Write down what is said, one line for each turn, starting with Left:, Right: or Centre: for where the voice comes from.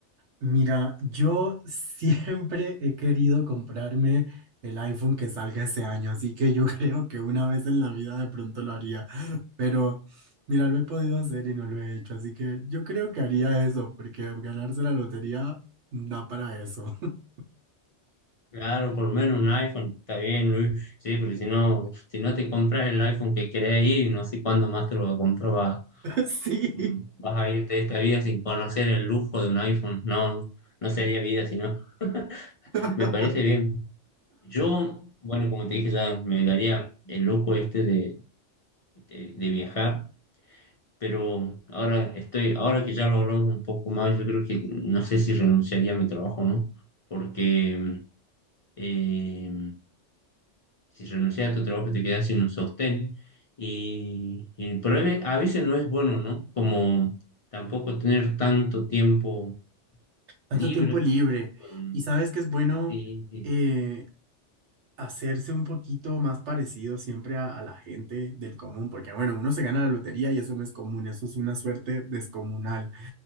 Right: Mira, yo <laughs> siempre he querido comprarme el iPhone que salga ese año, así que yo <laughs> creo que una vez en la vida de pronto lo haría, pero mira, lo he podido hacer y no lo he hecho, así que yo creo que haría eso, porque ganarse la lotería da para eso. <laughs>
Left: Claro, por lo menos un iPhone, está bien, Luis. Sí, porque si no, si no te compras el iPhone que querés ir, no sé cuándo más te lo vas a comprar, vas,
Right: Sí.
Left: mm, vas a irte de esta vida sin conocer el lujo de un iPhone. No, no sería vida, sino <laughs>
Right: <laughs>
Left: me parece bien. Yo, bueno, como te dije, ya me daría el lujo este de, de, de viajar, pero ahora estoy, ahora que ya lo hablamos un poco más, yo creo que no sé si renunciaría a mi trabajo, ¿no? Porque eh, Si renuncias a tu trabajo te quedas sin un sostén y, y el problema a veces no es bueno, ¿no? Como tampoco tener tanto tiempo
Right: tanto
Left: libre.
Right: tiempo libre.
Left: um,
Right: Y sabes que es bueno
Left: sí, sí.
Right: eh, hacerse un poquito más parecido siempre a, a la gente del común, porque bueno, uno se gana la lotería y eso no es común, eso es una suerte descomunal.